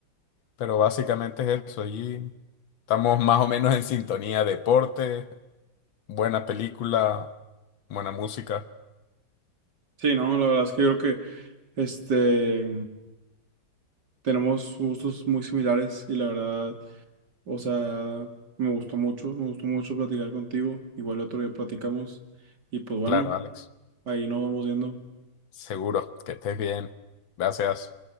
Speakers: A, on the left; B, on the right.
A: Pero básicamente es eso, allí estamos más o menos en sintonía, deporte, buena película, buena música.
B: Sí, no, la verdad es que yo creo que, este, tenemos gustos muy similares y la verdad, o sea, me gustó mucho, me gustó mucho platicar contigo. Igual el otro día platicamos y pues bueno,
A: Claro, Alex,
B: ahí nos vamos viendo.
A: seguro que estés bien. Gracias.